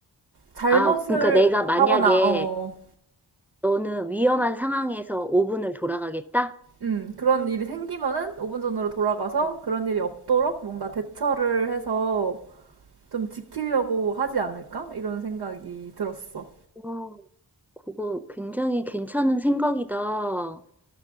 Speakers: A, on the right; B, in the centre.
A: 잘못을
B: 아, 그러니까 내가 만약에
A: 하거나, 어, 어.
B: 너는 위험한 상황에서 5분을 돌아가겠다?
A: 음, 그런 일이 생기면은 5분 전으로 돌아가서
B: 음.
A: 그런 일이 없도록 뭔가 대처를 해서 좀 지키려고 하지 않을까? 이런 생각이 들었어.
B: 와, 그거 굉장히 괜찮은 생각이다. 어,